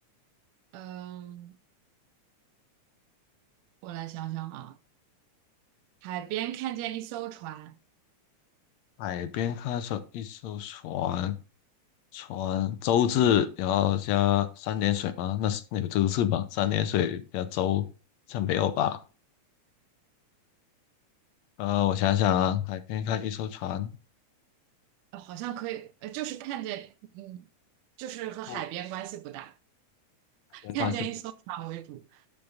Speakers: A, on the right (about 85°); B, on the left (about 75°).
A: 嗯，我来想想啊，海边看见一艘船。
B: 海边看守一艘船，船舟字，然后加三点水吗？那是那有这个舟字吗？三点水加舟，像没有吧？呃，我想想啊，海边看一艘船，
A: 呃好像可以，呃，就是看见，嗯，就是和海边关系不大，
B: 哦，没关系。
A: 看见一艘船为主，